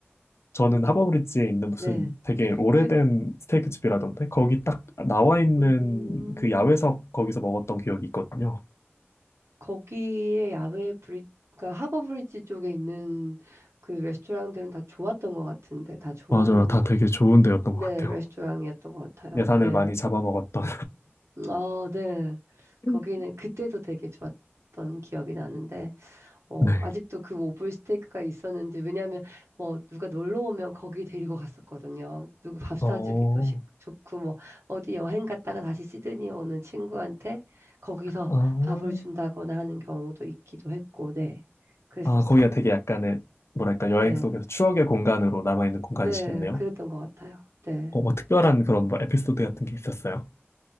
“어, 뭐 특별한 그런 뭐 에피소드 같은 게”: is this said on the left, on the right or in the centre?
Left